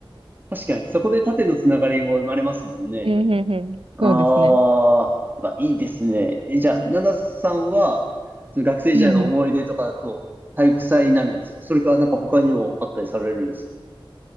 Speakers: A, on the right; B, on the right.
A: 確かに。そこで縦のつながりも生まれますもんね。
B: うんうんうん。
A: ああ、
B: そうですね。
A: まあいいですね。え、じゃあ、ナナさんは、その学生時代の思い出とかだと、
B: うんうん。
A: 体育祭になるんですかそれか、なんか他にもあったりされるんですか